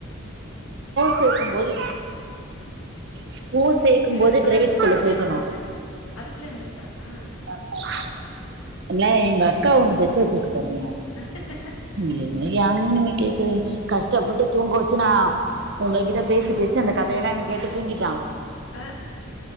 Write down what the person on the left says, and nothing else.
ஏ
இப்பதா
தூங்குனேன்னு
சொன்னே அதுக்குள்ள எந்திச்சிட்டானா
ஹ <inaudible>
ஆ